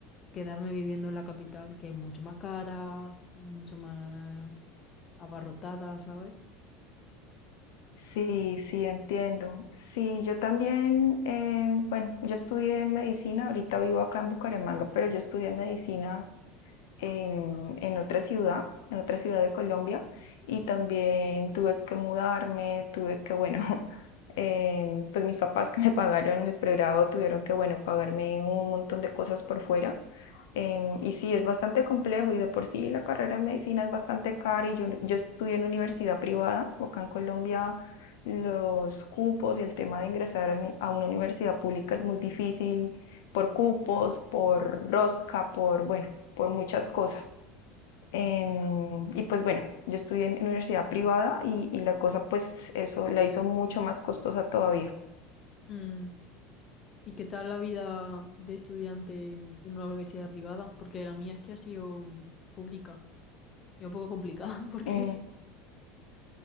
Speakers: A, on the left; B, on the left.
A: quedarme viviendo en la capital, que es mucho más cara, mucho más abarrotada, ¿sabes?
B: Sí, sí, entiendo. Sí, yo también, eh, bueno, yo estudié medicina, ahorita vivo acá en Bucaramanga, pero yo estudié medicina en, en otra ciudad, en otra ciudad de Colombia, y también tuve que mudarme, tuve que, bueno, <laughs> eh, pues mis papás que me pagaron el pregrado tuvieron que, bueno, pagarme un montón de cosas por fuera. Em, y sí, es bastante complejo y de por sí la carrera de medicina es bastante cara y yo, yo estudié en universidad privada, acá en Colombia los cupos y el tema de ingresar en- a una universidad pública es muy difícil por cupos, por rosca, por, bueno, por muchas cosas. Em, y pues bueno, yo estudié en universidad privada y, y la cosa pues eso la hizo mucho más costosa todavía.
A: Mm. ¿Y qué tal la vida de estudiante en una universidad privada? Porque la mía es que ha sido mm, pública y un poco complicada <laughs> porque...
B: Mm,